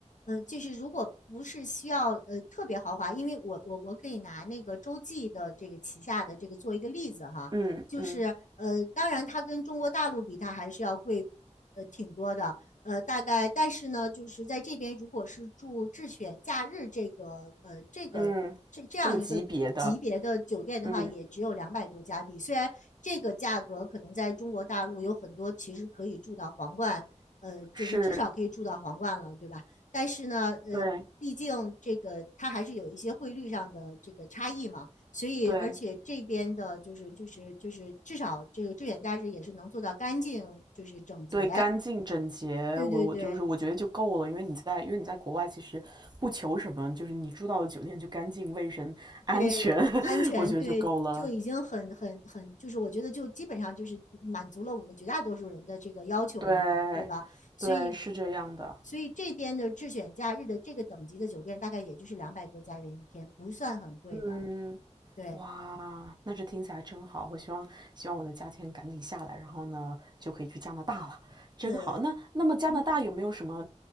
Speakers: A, on the left; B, on the right.
A: 嗯、呃就是如果不是需要呃特别豪华，因为我我我可以拿那个洲际的这个旗下的这个做一个例子哈，
B: 嗯嗯
A: 就是呃，当然它跟中国大陆比，它还是要贵呃挺多的，呃，大概但是呢，就是在这边如果是住智选假日这个呃这个这这样一个。
B: 嗯，这个级别的，
A: 级别的酒店的话，
B: 嗯，
A: 也只有两百多加币。虽然这个价格可能在中国大陆有很多，其实可以住到皇冠，呃，就是至少可以住到皇冠了，
B: 是，
A: 对吧？但是呢，呃，
B: 对
A: 毕竟这个它还是有一些汇率上的这个差异嘛，所以而且这边的就是就是就是至少这个坠险假日也是能做到干净，
B: 对。
A: 就是整洁，
B: 对，干净整洁，
A: 对对对
B: 我我就是我觉得就够了，因为你在因为你在国外其实不求什么，就是你住到的酒店就干净、卫生、<laughs> 安全，
A: 对，安全对。
B: <laughs> 我觉得就够了。
A: 就已经很很很，就是我觉得就基本上就是满足了我们绝大多数人的这个要求了嘛，
B: 对，
A: 对吧？所以，
B: 对，是这样的。
A: 所以这边的智选假日的这个等级的酒店大概也就是两百多加元一天，不算很贵的。
B: 嗯，
A: 对，
B: 哇，那这听起来真好。我希望希望我的价钱赶紧下来，然后呢就可以去加拿大了，真好。
A: 呃，
B: 那那么加拿大有没有什么
A: 嗯哼，